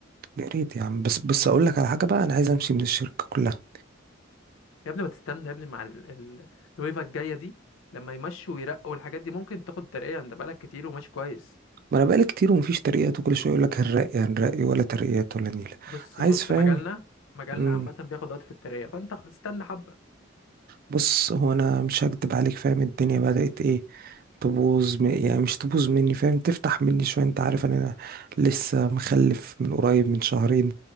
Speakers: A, on the right; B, on the left.
A: يا ريت يا عم بس بس اقول لك على حاجة بقى انا عايز امشي من الشركة كلها
B: يا ابني ما تستنى يا ابني مع ال... ال... الويفا الجايه دي لما يمشوا ويرقوا الحاجات دي ممكن تاخد ترقية انت بقالك كتير وماشي كويس
A: ما انا بقالي كتير ومفيش ترقيات وكل شوية يقول لك هنرقي هنرقي ولا ترقيات ولا نيلة
B: بص
A: عايز
B: بص
A: فاهم
B: مجالنا مجالنا
A: مم.
B: عامة بياخد وقت في الترقية فانت خ- استنى حبة
A: بص هو انا مش هكدب عليك فاهم الدنيا بدأت ايه تبوظ م... يعني مش تبوظ مني فاهم تفتح مني شوية انت عارف ان انا لسه مخلف من قريب من شهرين